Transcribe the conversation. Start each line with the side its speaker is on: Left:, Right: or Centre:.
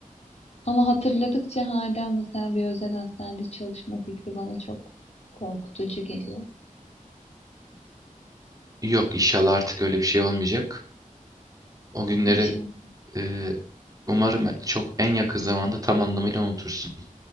Left: Ama hatırladıkça hala mesela bir özel hastanede çalışma fikri bana çok korkutucu geliyor.
Right: Yok inşallah artık öyle bir şey olmayacak. O günleri
Left: İnşallah,
Right: e, umarım çok en yakın zamanda tam anlamıyla unutursun.